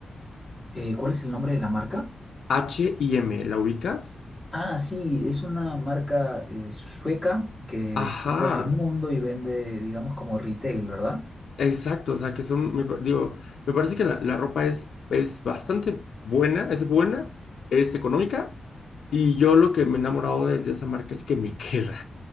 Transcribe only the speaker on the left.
H y M ¿la ubicas?
Ajá,
exacto, o sea que son, me pa- digo, me parece que la, la ropa es, es bastante buena, es buena, es económica Y yo lo que me he enamorado de, de esa marca es que me <laughs> queda.